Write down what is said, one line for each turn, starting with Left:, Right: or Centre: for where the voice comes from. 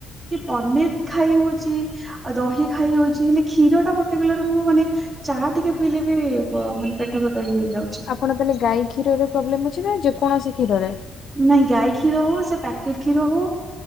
Right: ପନିର୍ ଖାଇ ହଉଛି ଆଉ ଦହି ଖାଇ ହଉଛି ହେଲେ କ୍ଷୀର ଟା ପଟିକୁଲାର ନେଲା ମୁଁ ମାନେ ଚା ଟିକେ ପିଇଲେ ବି ମାନେ ପେଟ ଫେଟ ଇଏ ହେଇଯାଉଛି।
Left: ଆପଣ ତାହେଲେ ଗାଈ କ୍ଷୀର ପ୍ରୋବ୍ଲେମ ଅଛି ନା ଯେକୌଣସି କ୍ଷୀରରେ।
Right: ନାଇଁ ଗାଈ କ୍ଷୀର ହଉ ସେ ପ୍ୟାକେଟ୍ କ୍ଷୀର ହଉ